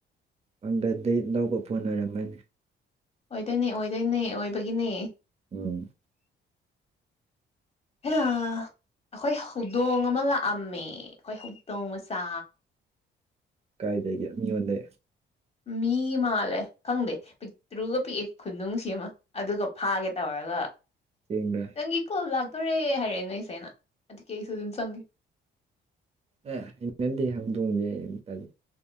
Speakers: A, on the right (about 30°); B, on the left (about 30°).
A: ꯄꯪꯒꯥꯜꯗꯩ ꯂꯧꯕ ꯐꯣꯟ ꯑꯣꯢꯔꯝꯃꯅꯤ
B: ꯑꯣꯏꯗꯣꯏꯅꯦ ꯑꯣꯏꯗꯣꯏꯅꯦ ꯑꯣꯏꯕꯒꯤꯅꯦ
A: ꯎꯝ
B: ꯍꯩꯃꯥ ꯑꯩꯈꯣꯏ ꯍꯧꯗꯣꯡ ꯑꯃ ꯂꯥꯛꯑꯝꯃꯦ ꯑꯩꯈꯣꯏ ꯍꯧꯗꯣꯡ ꯃꯆꯥ
A: ꯀꯥꯏꯗꯒꯤ ꯃꯤꯉꯣꯟꯗꯩ
B: ꯃꯤꯒꯤ ꯃꯥꯜꯂꯦ ꯈꯪꯗꯦ ꯄꯤꯛꯇ꯭ꯔꯨꯒ ꯄꯤꯛꯑꯦ ꯈꯨꯅꯨꯡꯁꯤꯃ ꯑꯗꯨꯒ ꯐꯥꯒꯦ ꯇꯧꯔꯒ
A: ꯆꯦꯡꯒ꯭ꯔꯦ
B: ꯅꯪꯒꯤ ꯀꯣꯜ ꯂꯥꯛꯇꯣꯔꯦ ꯍꯥꯏꯔꯛꯑꯦ ꯅꯣꯏꯆꯦꯅ ꯑꯗꯨꯒꯤ ꯑꯩꯁꯨ ꯑꯗꯨꯝ ꯆꯪꯉꯦ
A: ꯑ ꯍꯩꯅꯗꯦ ꯍꯧꯗꯣꯛꯁꯦ ꯇꯥꯜꯂꯤ